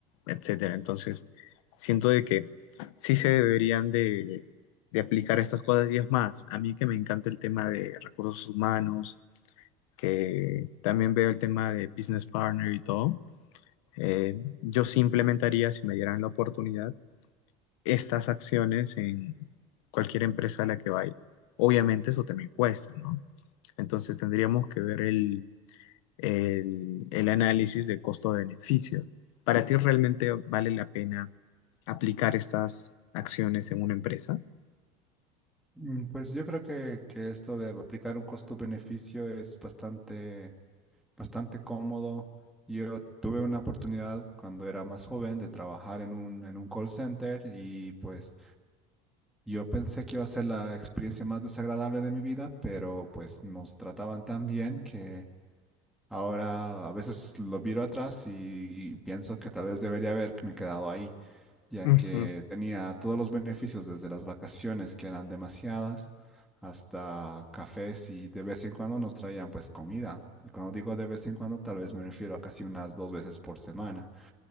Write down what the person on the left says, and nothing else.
etcétera. Entonces, siento de que sí se deberían de, de aplicar estas cosas y es más, a mí que me encanta el tema de recursos humanos, que también veo el tema de business partner y todo, eh, yo sí implementaría, si me dieran la oportunidad, estas acciones en cualquier empresa a la que vaya. Obviamente eso también cuesta, ¿no? Entonces tendríamos que ver el, el, el análisis de costo-beneficio. ¿Para ti realmente vale la pena aplicar estas acciones en una empresa?
Ujú,